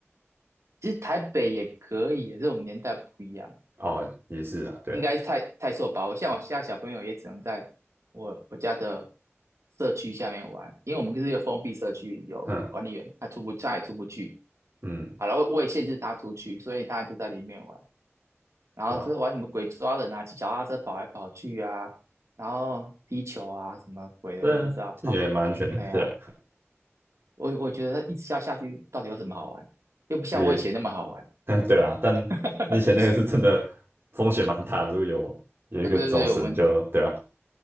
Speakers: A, on the right; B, on the right.
A: 其实台北也可以，这种年代不一样，
B: 哦，也是啊，对了。
A: 应该太太受保护。像我现在小朋友也只能在我我家的社区下面玩，因为我们是一个封闭社区，有管理员，
B: 嗯。
A: 他出不他也出不去。
B: 嗯，
A: 好了，我我也限制他出去，所以他就在里面玩。然后就是玩什么鬼抓人啊，
B: 对啊，
A: 骑脚踏车跑来跑去啊，然后踢球啊，什么鬼的，
B: 这听起来蛮安全的，
A: 我也不知道。哦，哎呀，
B: <laughs> 对，
A: 我我觉得一直下下去到底有什么好玩？又不像我以前那么好玩。
B: 也，<laughs> 对啊，但
A: <laughs>
B: 你以前那个是真的风险蛮大的，如果有有一个走神就，
A: 对对对，我们
B: 对啊，